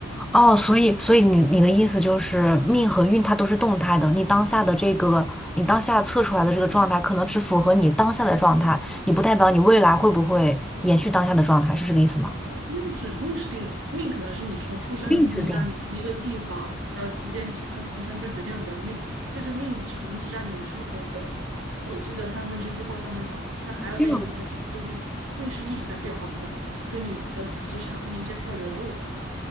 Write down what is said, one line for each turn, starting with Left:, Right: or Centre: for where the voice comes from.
Centre: 哦，所以所以你你的意思就是命和运它都是动态的，你当下的这个你当下测出来的这个状态，可能只符合你当下的状态，你不代表你未来会不会延续当下的状态，是这个意思吗？
Right: 命是命是定的，命可能是你从出生，
Centre: 命制定
Right: 就是你在一个地方，然后几点几刻出生就决定了你的命，但是命可能只占你生活的轨迹的三分之一或者三分之二，那还有那一部分其实是运，
Centre: 这样子，
Right: 运是一直在变化不断的，跟你的磁场、跟你接触的人都有关系。